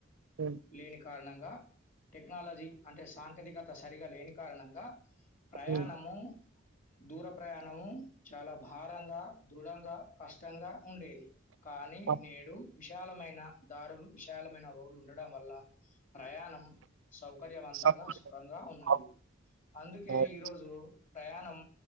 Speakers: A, on the right; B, on the left.
A: హ్మ్.
B: లేని కారణం గా టెక్నాలజీ అంటే సాంకేతికత సరిగా లేని కారణంగా ప్రయాణము
A: హ్మ్.
B: దూర ప్రయాణము చాలా భారంగ, దృఢంగ, కష్టంగ ఉండేది కానీ
A: ఆ!
B: నేడు విశాలమైన దారులు విశాలమైన రోడ్లు ఉండడం వల్ల ప్రయాణం సౌకర్యవంతంగ
A: సంతోషం.
B: సుఖంగా ఉన్నది
A: అవును.
B: అందుకే
A: అవును.
B: ఈరోజు ప్రయాణం